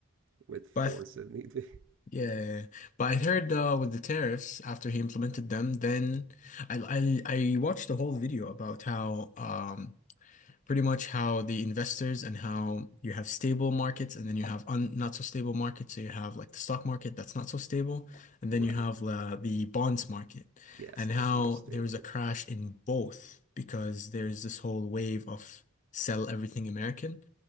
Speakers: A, on the right (about 55°); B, on the left (about 35°).
A: with force
B: But I th-
A: if need be. <laughs>
B: yeah, but I heard uh, with the tariffs after he implemented them, then I I I watched a whole video about how um pretty much how the investors and how you have stable markets and then you have un not so stable markets. So you have like the stock market that's not so stable, and
A: Right.
B: then you have uh, the bonds market,
A: Yes,
B: and
A: that's
B: how
A: the most stable.
B: there is a crash in both because there's this whole wave of sell everything American.